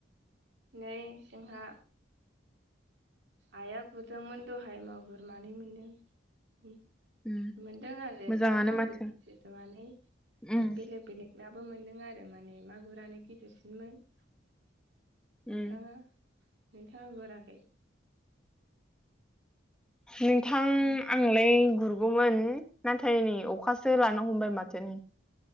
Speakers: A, on the right; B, in the centre.
A: नै जोंहा आइआ गुरदोंमोन दहाय मा गुर मानै मोनदों।
B: उम
A: मोनदों आरो
B: मोजाङानो
A: ना मागुर
B: माथो
A: गिदिर मानै
B: उम
A: बेलेग बेलेग ना बो मोनदों आरो माने मागुरानो गिदिरसिनमोन। नोंथाङा
B: उम
A: नोंथाङा गुराखै?
B: नोंथां आंलाय गुरगौमोन नाथाय नै अखासो लानो हमबाय माथो नै।